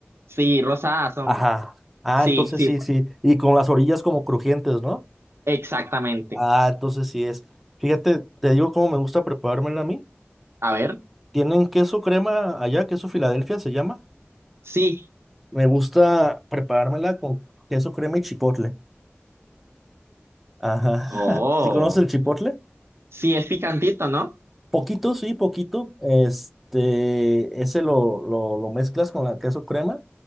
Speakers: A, on the right; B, in the centre.
A: sí, rosadas son.
B: Ajá. Ah,
A: Sí,
B: entonces
A: sí,
B: sí, sí. Y con las orillas como crujientes, ¿no?
A: exactamente.
B: Ah, entonces sí es. Fíjate, te digo cómo me gusta preparármela a mí.
A: A ver,
B: Tienen queso crema allá, queso Filadelfia se llama.
A: sí.
B: Me gusta preparármela con queso crema y chipotle. Ajá.
A: Oh,
B: <laughs> ¿Sí conoces el chipotle?
A: sí, es picantito, ¿no?
B: Poquito, sí, poquito. Este, ese lo, lo, lo mezclas con la queso crema